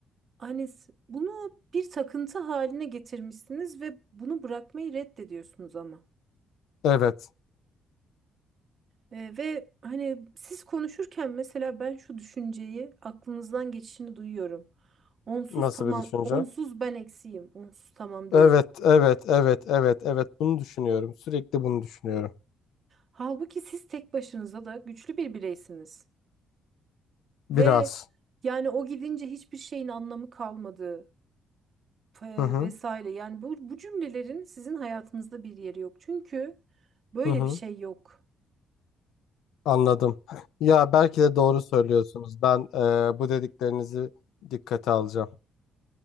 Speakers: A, on the right; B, on the left.
A: hani s- bunu bir takıntı haline getirmişsiniz ve bunu bırakmayı reddediyorsunuz ama.
B: Evet.
A: Ee, ve hani siz konuşurken mesela ben şu düşünceyi aklınızdan geçişini duyuyorum. Onsuz
B: Nasıl
A: tamam,
B: bir düşünce?
A: onsuz ben eksiğim, onsuz tamam
B: Evet,
A: değil.
B: evet, evet, evet, evet. Bunu düşünüyorum. Sürekli bunu düşünüyorum.
A: Halbuki siz tek başınıza da güçlü bir bireysiniz.
B: Biraz.
A: Ve yani o gidince hiçbir şeyin anlamı kalmadı. e,
B: Hı hı.
A: vesaire. Yani bu, bu cümlelerin sizin hayatınızda bir yeri yok. Çünkü böyle
B: Hı hı.
A: bir şey yok.
B: Anladım. Ya belki de doğru söylüyorsunuz. Ben eee, bu dediklerinizi dikkate alacağım.